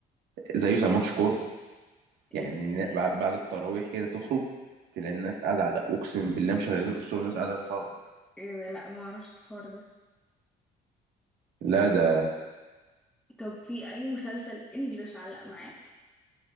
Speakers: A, on the right (about 75°); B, in the centre.
A: زيه زي ماتش كوره يعني
B: ايه ده
A: ن- بع- بعد التراويح كده تخرج تلاقي الناس قاعده على القهوة. اقسم بالله مشغلين الاسطوره الناس قاعده تتفرج
B: ايه ده لا ما اعرفش الحوار ده
A: لا ده
B: طب في اي مسلسل انجلش علق معاك